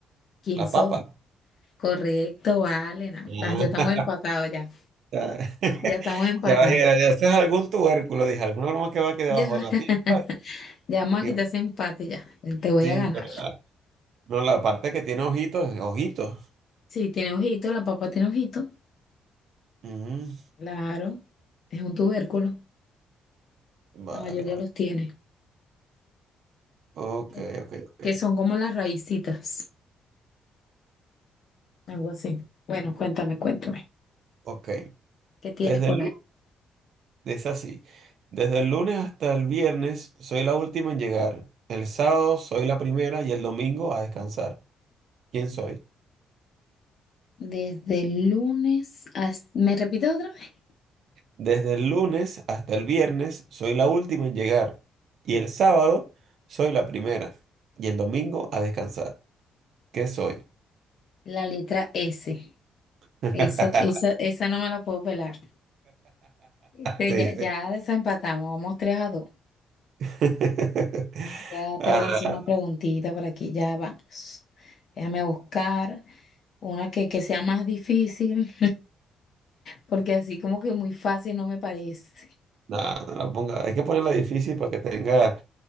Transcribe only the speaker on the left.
¿Quién
soy?
Correcto, vale. no.
Ah, ya estamos empatados ya.
Ya estamos empatados.
Ya,
<laughs>
ya vamos
a quitar ese empate ya. Te voy
a ganar.
Sí, tiene ojito, la papa tiene ojito.
Claro, es un tubérculo.
La mayoría
los tiene.
Que
que son como las raícitas, algo así. Bueno, cuéntame, cuéntame.
¿Qué tienes
por
ahí?
Desde el lunes hasta... ¿Me repito otra vez?
La letra S.
Esa, esa, esa no me la puedo pelar. Este,
ya, ya
desempatamos, vamos tres a dos
Ya
te voy a hacer una preguntita por aquí, ya vamos. Déjame buscar una que, que sea más difícil, porque así como que muy fácil no me parece.